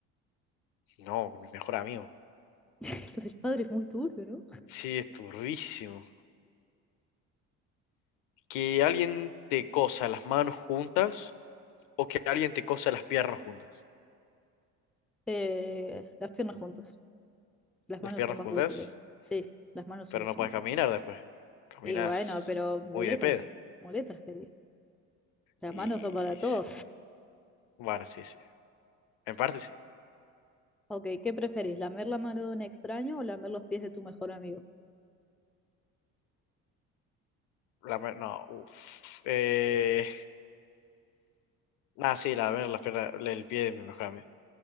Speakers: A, on the left; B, in the centre.
A: No, con mi mejor amigo.
B: <laughs> Lo del padre es muy turbio, ¿no?
A: Sí, es turbísimo. Que alguien te cosa las manos juntas o que alguien te cosa las piernas juntas.
B: Eh, las piernas juntas. Las
A: Las
B: manos
A: piernas
B: son más
A: juntas,
B: útiles. Sí, las manos
A: pero
B: son mucho
A: no puedes
B: más
A: caminar
B: útiles.
A: después. Caminas
B: Y bueno, pero muletas.
A: muy de pedo.
B: Muletas, querido. Las
A: Y...
B: manos son para todo.
A: Bueno, sí, sí. En parte sí.
B: Ok, ¿qué preferís? ¿Lamer la mano de un extraño o lamer los pies de tu mejor amigo?
A: La ma- no, uff. Eh, nada, sí, la, las piernas, el pie de mi mejor amigo.